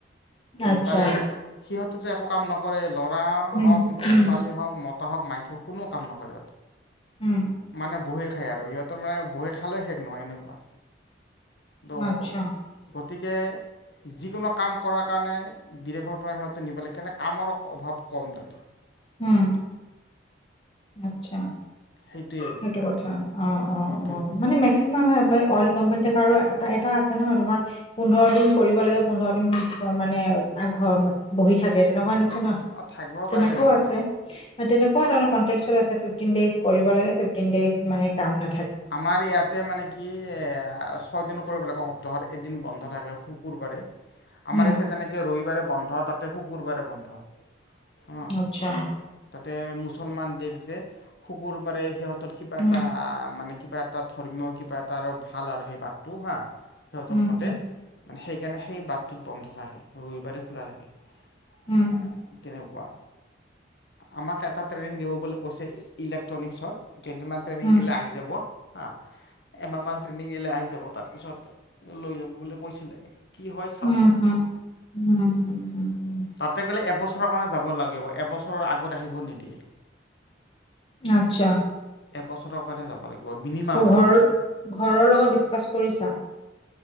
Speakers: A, on the left (about 30°); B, on the left (about 65°).
A: আচ্ছা,
B: তাৰে সিহঁতেতো একো কাম নকৰে, ল'ৰা
A: উম,
B: হওক,
A: উম,
B: ছোৱালী হওক, মতা হওক, মাইকী হওক, কোনো কাম নকৰে।
A: উম,
B: মানে বহি খা খাই, আৰু সিহঁতৰ মানে বহি খালেও শেষ নহয়, এনেকুৱা ত'
A: আচ্ছা।
B: গতিকে যিকোনো কাম কৰাৰ কাৰণে বিদেশৰ পৰা সিহঁতে নিব লাগে, কেনে কামৰ অভাৱ কম, তাতে,
A: উম,
B: আচলতে
A: আচ্ছা।
B: সেইটোৱে
A: সেইটো
B: তাতে
A: কথা অ', অ',
B: সেইটোৱে
A: অ',
B: সুবিধা
A: মানে,
B: তাতে
A: মেক্সিমাম <unintelligible> অইল কোম্পানীতে কৰা আৰু এটা আছে নহয় তোমাৰ! পোন্ধৰ দিন কৰিব লাগে, পোন্ধৰ দিন মানে আগ ঘৰ বহি থাকে তেনেকুৱা নিচিনা
B: অঁ থাকিব
A: <unintelligible>
B: পাৰে
A: তেনেকুৱাও
B: তেনেকুৱা
A: আছে তেনেকুৱা <unintelligible> তাৰমানে কনট্ৰেকচুৱেল আছে! ফিফ্টিন ডেইজ কৰিব লাগে। ফিফটিন ডেইজ মানে কাম না
B: আমাৰ ইয়াতে মানে কি এয়া ছয়দিন কৰিব লাগে এসপ্তাহত, এদিন বন্ধ থাকে শুকুৰবাৰে। আমাৰ
A: উম,
B: ইয়াতে যেনেকে ৰবিবাৰে বন্ধ তাতে, শুকুৰবাৰে বন্ধ। অঁ
A: আচ্ছা।
B: তাতে, মুছলমান দেশ যে শুকুৰবাৰে সিহঁতৰ কিবা
A: উম,
B: এটা মানে কিবা এটা ধৰ্মীয় কিবা, এটা আৰু ভাল আৰু সেই বাৰটো হা সিহঁতৰ
A: উম,
B: মতে
A: উম,
B: মানে সেই সেইকাৰণে সেই বাটটোত বন্ধ থাকে ৰবিবাৰেই খোলা থাকে। আ
A: উম,
B: তেনেকুৱা। আমাক এটা ট্ৰেইনিং দিব বুলি কৈছে ইলেক্ট্ৰনিক ছৰ কেইদিনমান ট্ৰেইনিং
A: উম,
B: দিলে আহি যাব। আহ এমাহ মান ট্ৰেইনিং দিলে আহি যাব, তাৰপিছত লৈ যাব বুলি কৈছিলে। কি হয় চাওঁ
A: উম,
B: বাৰু,
A: উম, উম, উম,
B: তাতে গ'লে এবছৰ কাৰণে যাব লাগিব এবছৰৰ আগত আহিব নিদিয়ে।
A: আচ্ছা।
B: এবছৰৰ কাৰণে যাব লাগিব। মিনিমাম
A: তোৰ
B: আৰু
A: ঘৰ-ঘৰৰ
B: কি
A: লগত ডিচকাছ কৰি ছা।